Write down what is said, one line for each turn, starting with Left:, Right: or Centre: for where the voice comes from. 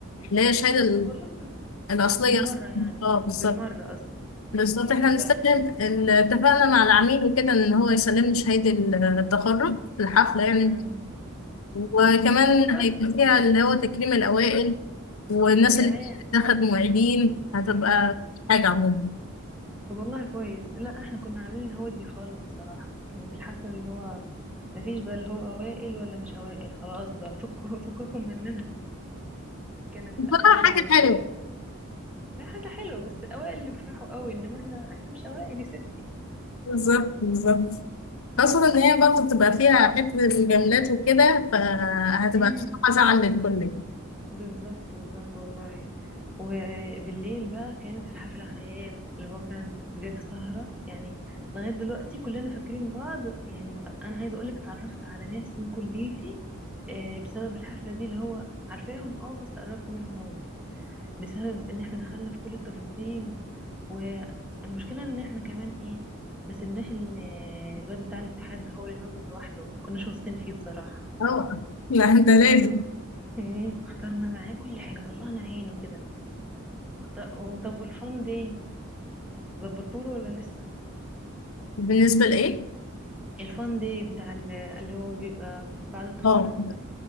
Left: اللي هي الشهاده ال-
Centre: طب والله برافو
Left: الاصليه
Centre: بالمرة
Left: اصلا
Centre: يعني
Left: اه بالظبط
Centre: بالمرة قصدي
Left: بالظبط احنا هنستخدم
Centre: ده
Left: ال- اتفقنا مع العميل وكده ان هو يسلمني شهادة ال- التخرج في الحفلة يعني
Centre: مم.
Left: وكمان
Centre: طب والله
Left: هيبقى فيها اللي هو تكريم الأوائل والناس
Centre: كمان
Left: اللي دخلت معيدين هتبقى حاجة عموما
Centre: طب والله كويس لا احنا كنا عاملين هودي خالص بصراحة كانت الحفلة اللي هو ما فيش بقى اللي هو اوائل ولا مش اوائل خلاص بقى فكوا <laughs> فككم مننا كانت
Left: بصراحة
Centre: لا الحفلة
Left: حاجة
Centre: على الكل
Left: حلوة
Centre: هي حاجة حلوة بس الاوائل اللي بيفرحوا قوي انما احنا احنا مش اوائل يا ست
Left: بالظبط بالظبط خاصة ان هي برضه بتبقى فيها حتة الجملات وكده فهتبقى
Centre: امم
Left: حاجة زعل للكل
Centre: بالظبط بالظبط والله وبالليل بقى كانت الحفلة خيال اللي هو كانت بجد سهرة يعني لغاية دلوقتي كلنا فاكرين بعض يعني مت- أنا عايزة أقولك اتعرفت على ناس من كليتي آه، بسبب الحفلة دي اللي هو عارفاهم اه بس قربت منهم قوي بسبب إن احنا دخلنا في كل التفاصيل والمشكلة إن احنا كمان ايه ما سيبناش ال- الواد بتاع الاتحاد ده هو اللي ينظم لوحده كناش واثقين فيه بصراحة
Left: اه لا ده لازم
Centre: اه <laughs> مم. اخترنا معاه كل حاجة طلعنا عينه كده وخت- هو طب والفان داي ظبطتوله ولا لسه
Left: بالنسبة لإيه؟
Centre: الفان داي بتاع ال- اللي هو بيبقى بعد التخرج
Left: اه
Centre: ده